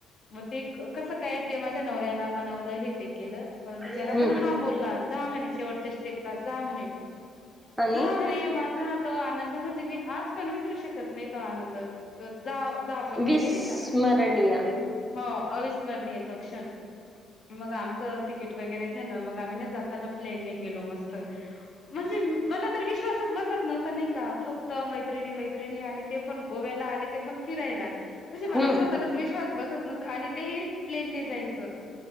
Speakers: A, on the left; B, in the centre.
A: मग ते कस काय ते माझ्या नवऱ्याला मनवलं हे ते केलं पण बिचारा
B: हम्म
A: पण हा बोलला जा म्हणे शेवट स्टेपला जा म्हणे
B: आणि
A: जाऊ रे माझा तो आनंद म्हणजे मी आज पण विसरू शकत नाही त आनंद तर जा ब नाही
B: विस्मरणीय
A: का हो येतो कण मग आमच तिकीट वगैरे झालं मग आम्ही ना जाताना प्लेन न गेलो मस्त म्हणजे मला तर विश्वासच बसत नव्हता नाही का फक्त त मैत्रिणी मैत्रिणी आणि ते पण गोव्याला आणि ते पण फिरायला म्हणजे मला
B: हम्म
A: स्वतःलाच विश्वास बसत नव्हत आणि तेही प्लेन ने जायचं